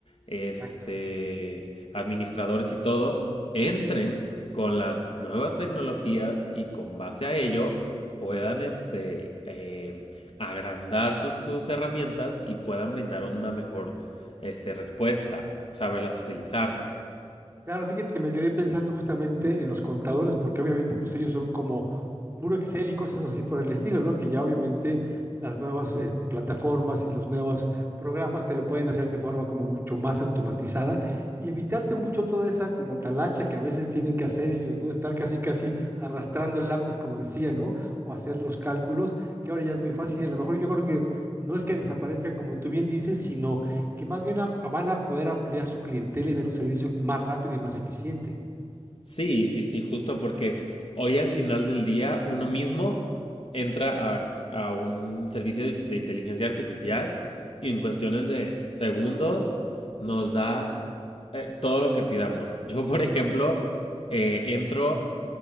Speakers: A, on the left (about 60°); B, on the right (about 20°).
A: este,
B: Exacto.
A: administradores y todo, entren con las nuevas tecnologías y con base a ello puedan este, eh, agrandar sus, sus herramientas y puedan brindar una mejor este, respuesta, saberlas utilizar.
B: Claro, fíjate que me quedé pensando justamente en los contadores, porque obviamente pues ellos son como puro Excel y cosas así por el estilo, ¿no? Que ya obviamente las nuevas eh, plataformas y los nuevos programas te lo pueden hacer de forma como mucho más automatizada y evitarte mucho toda esa como talacha que a veces tienen que hacer ellos, ¿no? Estar casi casi arrastrando el lápiz, como decía, ¿no? O hacer los cálculos, que ahora ya es muy fácil y a lo mejor yo creo que no es que desaparezcan como tú bien dices, sino que más bien a- van a poder ampliar su clientela y dar un servicio más rápido y más eficiente.
A: Sí, sí, sí, justo porque hoy al final del día uno mismo entra a, a un servicio de, de inteligencia artificial y en cuestiones de segundos nos da eh, todo lo que pidamos. Yo, por ejemplo, eh, entro